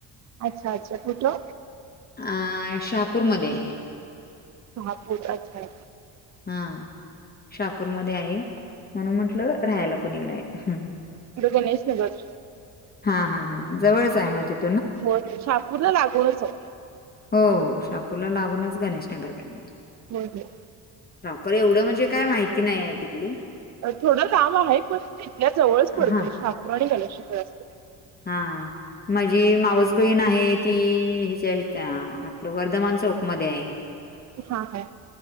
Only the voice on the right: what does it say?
अच्छा अच्छा कुठो
शहापूर अच्छा
गणेश नगर
हो शापूरला लागूनच हौ
हो हो
थोडं लांब आहे पण तिथल्या जवळच पडतोय
ठाकूर आणि गणेशार असते
हा हा